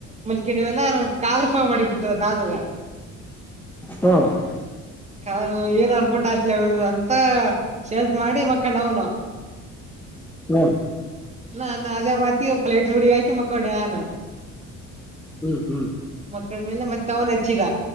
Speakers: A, on the right; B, in the centre.
A: ಮಲ್ಕಂಡಿವಲ್ಲ ಕಾದ್ರ ಫವ ಮಾಡಿಬ ಬಿಟ್ಟದ ದಾದಗ
B: ಹಾ <unintelligible>
A: ಕಾ ಏನ್ ಅರ್ಪಟ್ ಆಅವನ್ ಅಂತ ಸೇಜ ಮಾಡಿ ಮಕ್ಕಂಡ ಅವ್ನು
B: ಹ
A: ನಾ ನ ಅದೇ ಮತಿ ಪ್ಲೇಟ್ ಮುಡಿ ಆಯಕಿ ಮಕ್ಕೊಂಡಾನ
B: ಹ್ಮ್ ಹ್ಮ್
A: ಮಕ್ಕಳ ಮೇಲೆ ಮತ್ತೆ ಅವನ್ ಹಚ್ಚಿದ